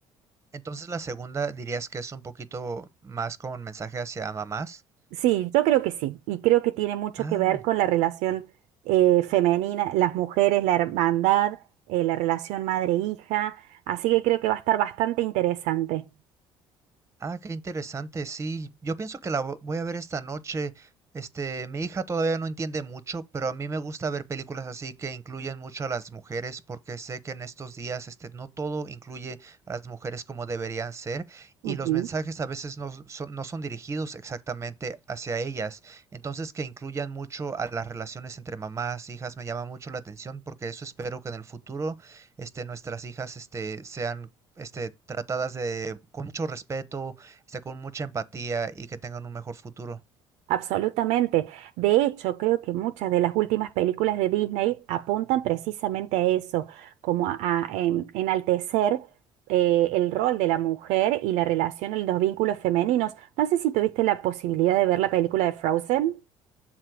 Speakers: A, on the right; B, on the right.
A: Entonces la segunda dirías que es un poquito más como un mensaje hacia mamás.
B: Sí, yo creo que sí y creo que tiene mucho
A: Ah.
B: que ver con la relación eh, femenina, las mujeres, la hermandad, eh, la relación madre-hija, así que creo que va a estar bastante interesante.
A: Ah, qué interesante, sí. Yo pienso que la vo- voy a ver esta noche. Este, mi hija todavía no entiende mucho, pero a mí me gusta ver películas así que incluyen mucho a las mujeres, porque sé que en estos días, este, no todo incluye a las mujeres como deberían ser,
B: Ujú.
A: y los mensajes a veces no son, no son dirigidos exactamente hacia ellas. Entonces, que incluyan mucho a las relaciones entre mamás, hijas, me llama mucho la atención, porque eso espero que en el futuro, este, nuestras hijas, este, sean este, tratadas de, con mucho respeto, este, con mucha empatía y que tengan un mejor futuro.
B: Absolutamente. De hecho, creo que muchas de las últimas películas de Disney apuntan precisamente a eso, como a, a en- enaltecer eh, el rol de la mujer y la relación, los vínculos femeninos. No sé si tuviste la posibilidad de ver la película de Frozen.